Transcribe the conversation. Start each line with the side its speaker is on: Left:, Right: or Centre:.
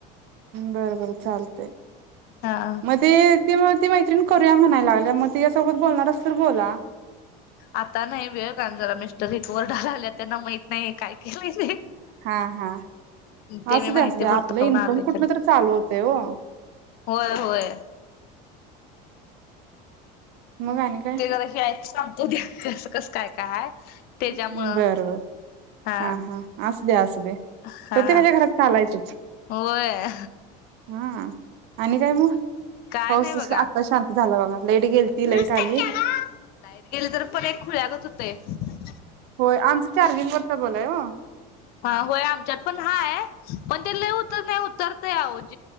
Right: बर बर चालते
Left: हा
Right: मग ते ते म ती मैत्रीण.. करूया म्हणाय लागल्या मग तीया सोबत बोलणार असल तर बोला.
Left: आता नाही वेळ कारन जरा मिस्टर एक वरडा लागल्यात त्यांना माहित नाही काय केलय ते.
Right: हा हा
Left: ते
Right: असू
Left: मी
Right: द्या
Left: माहिती
Right: असू द्या
Left: भरत
Right: आपलं
Left: म्हनून
Right: इन्कम
Left: आलंय
Right: कुठनं
Left: ते
Right: तर चालू होतंय ओ
Left: व्हय व्हय.
Right: मग आणि काय?
Left: ते जरा हे आहेत सांगतो उद्या. <unintelligible> कसं काय. काय तेज्या मूळ
Right: बरं बरं
Left: हा
Right: हा असू दे असू दे
Left: हा
Right: प्रत्येकाच्या घरात चालायचंच
Left: व्हय.
Right: हा आ. आणि काय म
Left: काय
Right: पाऊस
Left: नाही
Right: जसं
Left: बघा.
Right: आत्ता शांत झाला बघा. लाईट
Left: <inaudible>
Right: गेलती
Left: लाईट
Right: लाईट आली.
Left: गेली तर पोर हे खुळ्यागत होतेय. <unintelligible>
Right: होय. आमचं चार्जिंगवरचा बल आहे हो हा
Left: हा होय आमच्यात पण हाय पण ते लई उतरल्यावर उत्तर <unintelligible>